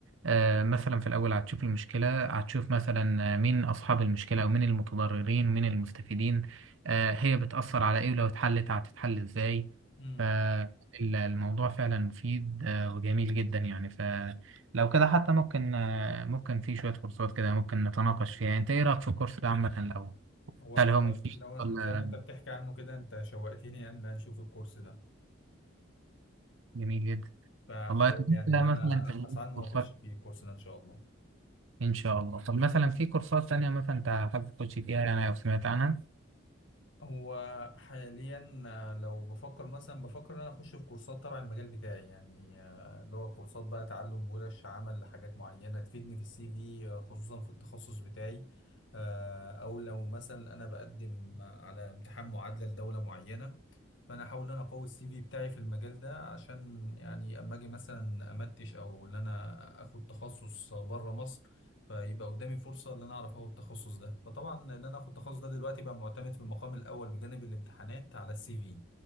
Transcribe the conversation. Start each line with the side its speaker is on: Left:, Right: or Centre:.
Right: آه، مثلا في الأول هتشوف المشكلة هتشوف مثلا آه، مين أصحاب المشكلة ومين المتضررين ومين المستفيدين آه، هي بتأثر على إيه ولو اتحلت هتتحل إزاي
Left: امم
Right: فالموضوع فعلا مفيد آه، وجميل جدا يعني فلو كده حتى ممكن آه، ممكن في شوية كورسات كده ممكن نتناقش فيها أنت إيه رأيك في الكورس ده عامة الأول؟
Left: هو
Right: هل هو
Left: ده
Right: مفيد
Left: لو
Right: ولا
Left: زي ما انت بتحكي عنه كده انت شوقتني ان انا اشوف الكورس ده
Right: جميل جدا؟
Left: فحاول
Right: والله طب أنت
Left: يعني ان انا
Right: مثلا في
Left: ابحث عنه
Right: كورسات
Left: واخش فيه الكورس ده ان شاء الله
Right: إن شاء الله طب مثلا في كورسات تانية مثلا أنت حابب تخش فيها يعني لو سمعت عنها؟
Left: هو حاليا آه، لو بفكر مثلا بفكر ان انا اخش في كورسات تبع المجال بتاعي يعني آه، اللي هو كورسات بقى تعلم ورش عمل لحاجات معينة تفيدني في السي في آه، خصوصا في التخصص بتاعي آه، او لو مثلا انا بقدم على امتحان معادلة لدولة معينة فانا احاول ان انا اقوي السي في بتاعي في المجال ده عشان يعني اما اجي مثلا امتش او ان انا اخد تخصص بره مصر فيبقى قدامي فرصه ان انا اعرف اخد التخصص ده فطبعا ان انا اخد التخصص ده دلوقتي بقى معتمد في المقام الاول بجانب الامتحانات على السي في